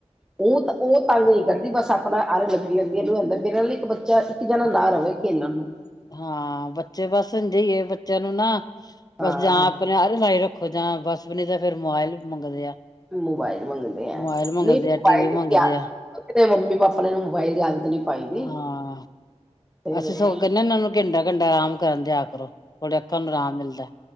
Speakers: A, in the centre; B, on the left (about 35°).
A: ਉਹ ਤਾਂ, ਉਹ ਤੰਗ ਨਹੀਂ ਕਰਦੀ ਬਸ ਅਪਨਾ ਆਰੇ ਲੱਗੀ ਰਹਿੰਦੀ, ਇਹਨੂੰ ਹੁੰਦਾ ਮੇਰੇ ਨਾਲ ਇੱਕ ਬੱਚਾ, ਇੱਕ ਜਨਾ ਨਾ ਰਵੇ ਖੇਲਣ ਨੂੰ।
B: ਹਾਂ ਬੱਚੇ ਬਸ ਇੰਜੇ ਈ ਏ, ਬੱਚਿਆਂ ਨੂੰ ਨਾ
A: ਹਾਂ
B: ਬਸ ਜਾਂ ਅਪਨੇ ਆਰੇ ਆਰੇ ਲਾਈ ਰੱਖ ਖੋਂ ਜਾ ਬਸ ਉੱਨੀ ਫੇਰ ਮੋਬਾਇਲ ਮੰਗਦੇ ਆ
A: ਮੋਬਾਇਲ ਮੰਗਦੇ ਐ,
B: ਮੋਬਾਇਲ ਮੰਗਦੇ
A: ਨਹੀਂ ਮੋਬਾਇਲ।
B: ਆ ਟੀ ਵੀ
A: ਦੀ
B: ਮੰਗਦੇ
A: ਆਦਤ
B: ਆ
A: ਸਾਡੇ ਮੰਮੀ-ਪਾਪਾ ਨੇ ਮੋਬਾਈਲ ਦੀ ਆਦਤ ਨੀ ਪਾਈ ਦੀ।
B: ਹਾਂ
A: ਤੇ
B: ਅਸੀਂ ਸਗੋਂ ਕਹਿੰਦੇ ਇਹਨਾਂ ਨੂੰ ਘੰਟਾ-ਘੰਟਾ ਰਾਮ ਕਰਨ ਦਿਆ ਕਰੋ ਥੋੜ੍ਹਾ ਅੱਖਾਂ ਨੂੰ ਰਾਮ ਮਿਲਦਾ।